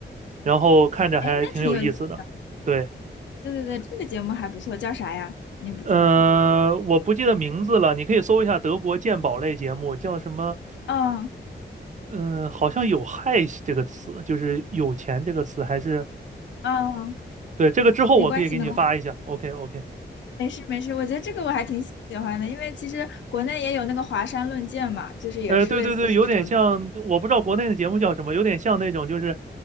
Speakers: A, on the right (about 40°); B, on the left (about 80°).
A: 然后看着还挺有意思的，
B: 哎，那挺有意思。
A: 对。
B: 对对对，这个节目还不错，叫啥呀？你不记得了？
A: 呃，我不记得名字了，你可以搜一下德国鉴宝类节目，叫什么？
B: 嗯
A: 嗯，好像有“害”这个词，就是有钱这个词，还是
B: 嗯，
A: 对这个之后我可以给你发一下。
B: 没关系，没关系，
A: OK OK，
B: 没事没事。我觉得这个我还挺喜欢的，因为其实国内也有那个华山论剑嘛，就是也是类似是这种。
A: 呃，对对对，有点像，我不知道国内的节目叫什么，有点像那种就是